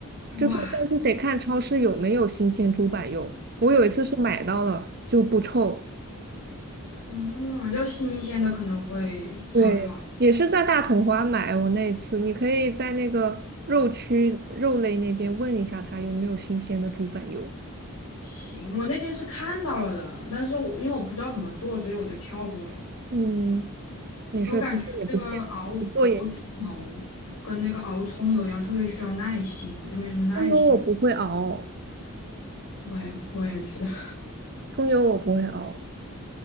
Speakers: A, on the right; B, on the left.
A: 就是但是得看超市有没有新鲜猪板油。
B: 哇，
A: 我有一次是买到了就不臭，
B: 嗯，要新鲜的可能会稍微好。
A: 对，也是在大统华买。我那一次，你可以在那个肉区肉类那边问一下他有没有新鲜的猪板油。
B: 行，我那天是看到了的，但是我因为我不知道怎么做，所以我就跳过了。
A: 嗯，没事儿，
B: 我感觉这个熬熬猪油跟那个熬葱油一样，
A: 其实也不健康，不做也行。
B: 特别需要耐心，我就没什么耐心。
A: 葱油我不会熬，
B: 我也我也是。<laughs>
A: 葱油我不会熬。